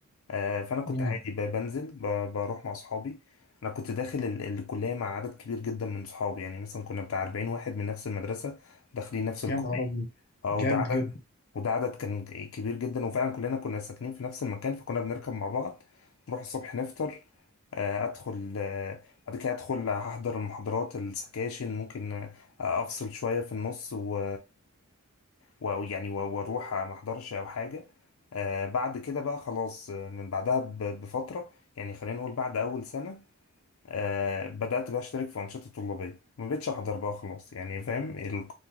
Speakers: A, on the left; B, on the left.
A: آه فانا كنت
B: مم.
A: عادي ب- بنزل ب- بروح مع اصحابي انا كنت داخل ال- الكليه مع عدد كبير جدا من صحابي يعني مثلا كنا بتاع 40 واحد من نفس المدرسه داخلين نفس الكليه
B: يا نهار أبيض
A: اه
B: جامد
A: وده عدد
B: جدا
A: وده عدد كان كبير جدا وفعلا كلنا كنا ساكنين في نفس المكان فكنا بنركب مع بعض نروح الصبح نفطر آه، ادخل آه، بعد كده ادخل هحضر المحاضرات السكاشن ممكن آه، افصل شوية في النص و ويعني واروح ما احضرش او حاجة آه، بعد كده بقى خلاص آه، من بعدها ب- بفترة يعني خلينا نقول بعد اول سنة آه، بدأت بقى اشترك في أنشطة طلابية ما بقتش احضر بقى خلاص يعني فاهم ال...